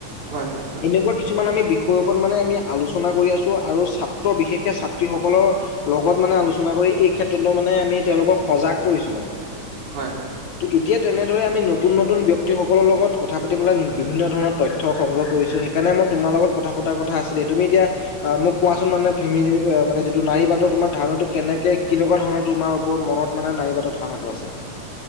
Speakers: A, on the right; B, on the left.
A: হয় হয়
B: এনেকুৱা কিছুমান আমি বিষয়ৰ ওপৰত মানে আমি আলোচনা কৰি আছো আৰু ছাত্ৰ বিশেষকে ছাত্ৰীসকলৰ লগত মানে আলোচনা কৰি এই ক্ষেত্ৰতো মানে আমি তেওঁলোকক সজাগ কৰিছো মানে
A: হয় হয় হয়
B: ত এতিয়া তেনেদৰে আমি নতুন নতুন ব্যক্তি সকলৰ লগত কথা পাতিবেলাই বিভিন্ন ধৰণৰ তথ্য তথ্য সংগ্ৰহ কৰিছোঁ সেইকাৰণে মই তোমাৰ লগত কথা পতাৰ কথা আছিলে তুমি এতিয়া মোক কোৱাচোন মানে ফেমেজি মানে যিটো নাৰী বাটৰ তোমাৰ ধাৰণাটো কেনেকে কেনেকুৱা ধৰণৰ তোমাৰ ওপৰত মনত মানে নাৰীবাটৰ ধাৰণটো আছে